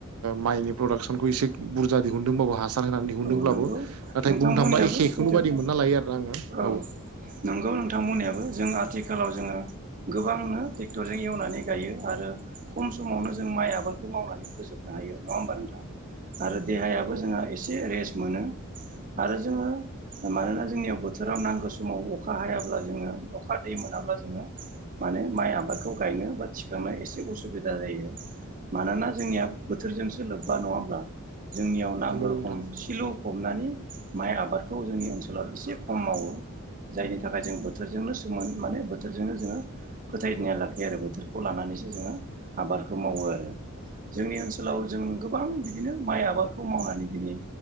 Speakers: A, on the right; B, on the right.
A: माइनि प्रडाक्सनखौ एसे बुरजा दिहुनदोंबाबो ह होननानै दिहुनदोंब्लाबो
B: औ नंगौ
A: नाथाय
B: नोंथां
A: बुंनो
B: बुंनायाबो
A: थांबा एखेखौनो
B: सैथो
A: बायदि मोनना लायो आरो आङो
B: औ नंगौ नोंथांमोननिबो जों आथिखालाव जोङो गोबांनो ट्रेक्टरजों एवनानै गायो आरो खम समावनो जों माइ आबादखौ मावनानै फोजोबनो हायो नङा हबा नोंथां आरो देहायाबो
A: नंगौ
B: जोंहा एसे रेस्ट मोनो आरो जोङो मानोना जोंनियाव बोथोराव नांगौ समाव अखा हायाब्ला जोङो अखा दै मोनाब्ला जोङो माने माइ आबादखौ गायनो बा थिखांनो एसे उसुबिदा जायो मानोना जोंनिया बोथोरजोंसो लोब्बा नङाब्ला जोंनियाव नांगौ
A: नंगौ
B: रोखोम
A: नोंथां
B: सिलु फबनानै माइ आबादखौ जोंनि ओनसोलाव एसे खम मावो जायनि थाखाय जों बोथोरजोंनो सोमोन माने बोथोरजोंनो जोङो फोथायनाया लाखियो आरो बोथोरखौ लानानै जोङो आबादखौ मावो आरो जोंनि ओनसोलाव जों गोबां बिदिनो माइ आबादखौ मावनानै दिनै